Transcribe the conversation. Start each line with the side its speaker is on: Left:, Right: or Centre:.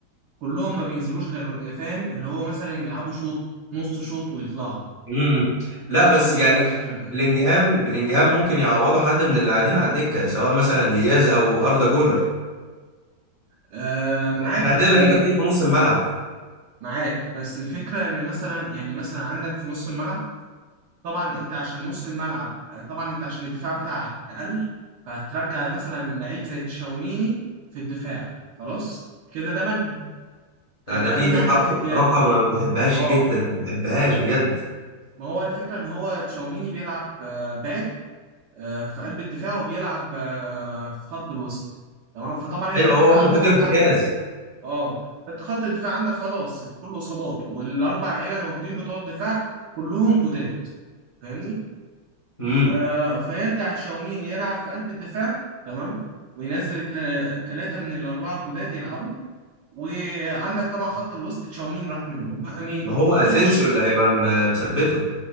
Right: كلهم ما بينزلوش غير فاهم اللي هو مثلا يلعبوا شوط نص شوط ويطلعوا
Left: امم لا
Right: ده اللي
Left: بس
Right: موجود
Left: يعني
Right: دلوقتي في الفرقه
Left: بلينجهام بلينجهام ممكن يعوضه حد من اللي قاعدين على الدكه سواء مثلا دياز او اردا جولر
Right: آه معاك
Left: احنا
Right: بس
Left: عندنا لعيبه كتير في نص الملعب
Right: معاك بس الفكره ان مثلا يعني مثلا عندك في نص الملعب طبعا انت عشان نص الملعب طبعا انت عشان الدفاع بتاعك اقل فهترجع مثلا لعيب زي تشاوميني في الدفاع خلاص كده ده منهي هيبقى
Left: انا دي
Right: مين
Left: دي
Right: عندك
Left: حركه
Right: في دياب
Left: بصراحه ما بحبهاش
Right: اه
Left: جدا ما بحبهاش بجد
Right: ما هو الفكره ان هو تشاوميني بيلعب آه، باك آه، في قلب الدفاع وبيلعب آه، في خط الوسط تمام فطبعا انت
Left: ايوه
Right: الدفاع
Left: هو هو المفروض
Right: عندك بتاعك
Left: ارتكاز
Right: اه فانت خط الدفاع عندك خلاص كله اصابات والاربع لعيبه اللي موجودين بتوع الدفاع كلهم جداد فاهمني
Left: امم
Right: آه، فيرجع تشاوميني يلعب في قلب الدفاع تمام وينزل الثلاثة من الأربعة الجداد يلعبوا وعندك طبعا خط الوسط تشاوميني راح منهم بقى مين
Left: ما هو
Right: مودريتش
Left: اسينسيو اللي هيبقى م- مثبته